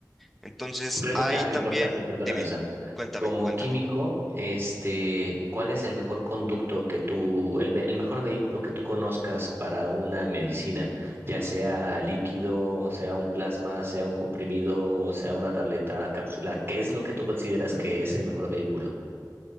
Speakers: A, in the centre; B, on the right.
A: Entonces,
B: Pregunta
A: ahí también,
B: importante, perdóname,
A: dime,
B: Sam.
A: cuéntame,
B: Como
A: cuéntame.
B: Cuéntame, químico, cuéntame. este, ¿cuál es el mejor conducto que tú, el, ve- el mejor vehículo que tú conozcas para una medicina? Ya sea líquido, sea un plasma, sea un comprimido, sea una tableta, cápsula. ¿Qué es lo que tú consideras que es el mejor vehículo?